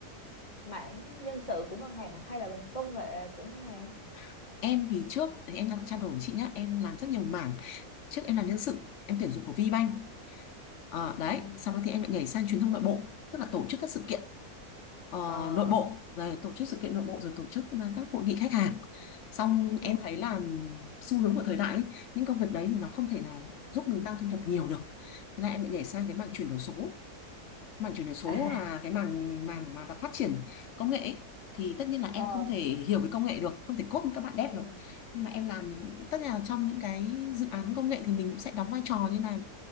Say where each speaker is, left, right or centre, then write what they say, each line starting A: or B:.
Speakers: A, on the left; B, on the left.
A: mảng nhân sự của ngân hàng hả? hay là bên công nghệ của ngân hàng
B: <laughs> em thì trước thì em đang trao đổi với chị nhá em làm rất nhiều mảng trước em làm nhân sự em tuyển dụng của VBank Ờ, đấy
A: ừ.
B: sau đó thì em lại nhảy sang truyền thông nội bộ tức là tổ chức các sự kiện ờ,
A: ờ
B: nội bộ
A: <laughs>
B: rồi tổ chức sự kiện nội bộ rồi tổ chức ờ, các hội nghị khách hàng xong
A: Ừ.
B: em thấy là xu hướng của thời đại ấy, những công việc đấy thì nó không thể nào giúp mình tăng thu nhập nhiều được thế là em lại nhảy sang cái mảng chuyển đổi số mảng chuyển đổi số
A: à.
B: là cái mảng mảng mà phát triển công nghệ ấy. thì tất nhiên là
A: ờ
B: em không thể hiểu về công nghệ được không thể code với các bạn dev
A: ừ.
B: được nhưng mà em làm tất nhiên là trong những cái dự án công nghệ thì mình cũng sẽ đóng vai trò như là